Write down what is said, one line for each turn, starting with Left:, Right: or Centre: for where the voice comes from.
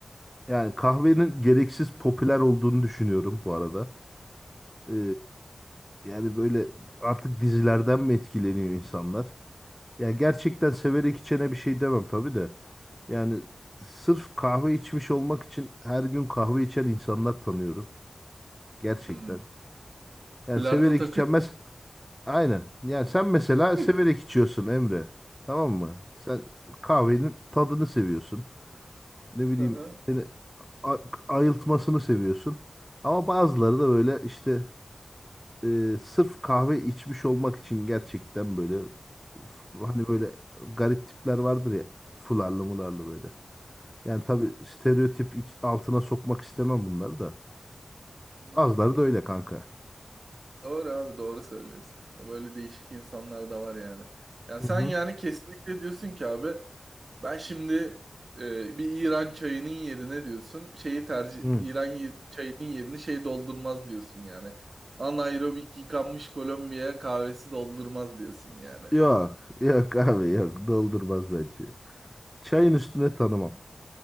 Centre: Yani kahvenin gereksiz popüler olduğunu düşünüyorum bu arada. Ee, yani böyle artık dizilerden mi etkileniyor insanlar? Ya gerçekten severek içene bir şey demem tabii de. Yani sırf kahve içmiş olmak için her gün kahve içen insanlar tanıyorum. Gerçekten.
Right: Hmm.
Centre: Yani
Right: Bilardo
Centre: severek
Right: takıyor
Centre: içemez.
Right: mu?
Centre: Aynen. Yani sen mesela
Right: <laughs>
Centre: severek içiyorsun Emre. Tamam mı? Sen kahvenin tadını seviyorsun. Ne bileyim
Right: Aha.
Centre: seni a- ayıltmasını seviyorsun. Ama bazıları da böyle işte e, sırf kahve içmiş olmak için gerçekten böyle uf, hani böyle garip tipler vardır ya fularlı mularlı böyle. Yani tabii stereotip iç- altına sokmak istemem bunları da.
Right: Ha.
Centre: Bazıları da öyle kanka.
Right: Doğru abi doğru söylüyorsun. Böyle değişik insanlar da var yani. Yani
Centre: Hı
Right: sen
Centre: hı.
Right: yani kesinlikle diyorsun ki abi ben şimdi e, bir İran çayının yerine diyorsun şeyi tercih
Centre: Hı.
Right: İran ye- çayının yerini şey doldurmaz diyorsun yani. Anaerobik yıkanmış Kolombiya kahvesi doldurmaz diyorsun yani.
Centre: Yok, yok abi yok. Doldurmaz bence. Çayın üstüne tanımam.